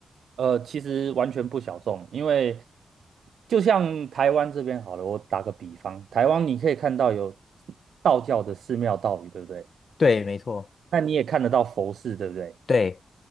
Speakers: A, on the right; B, on the left.
A: 呃，其实完全不小众，因为就像台湾这边好了，我打个比方，台湾你可以看到有道教的寺庙道宇，对不对？
B: 对，没错，
A: 那你也看得到佛寺，对不对？
B: 对。